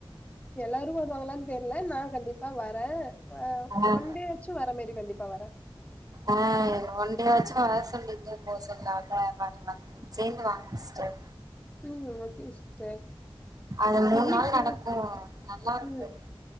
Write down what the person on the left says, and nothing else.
எல்லாரும் வருவாங்களானு தெரில நான் கண்டிப்பா வரேன்
வந்து வர மாரி கண்டிப்பா வரன்
ம் ஓகே சிஸ்டர்
என்னைக்கு
ம்